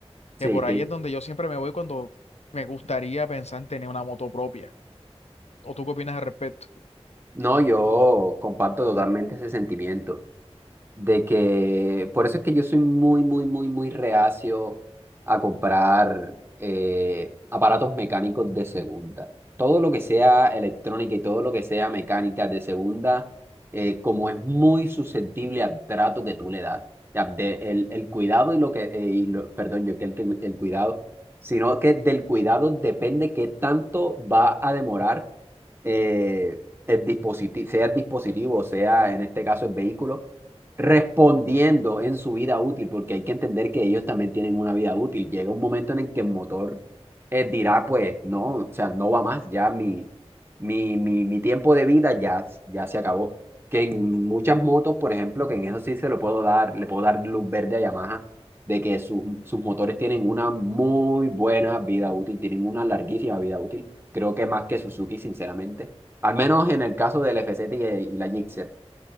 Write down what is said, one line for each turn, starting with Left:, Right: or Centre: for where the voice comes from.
Right: Sí,
Left: Que por
Right: sí.
Left: ahí es donde yo siempre me voy cuando me gustaría pensar en tener una moto propia. ¿O tú qué opinas al respecto?
Right: No, yo comparto totalmente ese sentimiento. de que por eso es que yo soy muy, muy, muy, muy reacio a comprar eh, aparatos mecánicos de segunda. Todo lo que sea electrónica y todo lo que sea mecánica de segunda, eh, como es muy susceptible al trato que tú le das, o sea, de- el, el cuidado y lo que, eh, y lo- perdón, yo que el, que- el cuidado, sino que del cuidado depende qué tanto va a demorar eh, el dispositivo, sea el dispositivo, sea en este caso el vehículo respondiendo en su vida útil, porque hay que entender que ellos también tienen una vida útil. Llega un momento en el que el motor eh, dirá, pues, no, o sea, no va más, ya mi, mi, mi, mi tiempo de vida ya, ya se acabó. Que en muchas motos, por ejemplo, que en eso sí se lo puedo dar, le puedo dar luz verde a Yamaha, de que sus, sus motores tienen una muy buena vida útil, tienen una larguísima vida útil, creo que más que Suzuki, sinceramente. Al menos en el caso del FZ y, y la Gixxer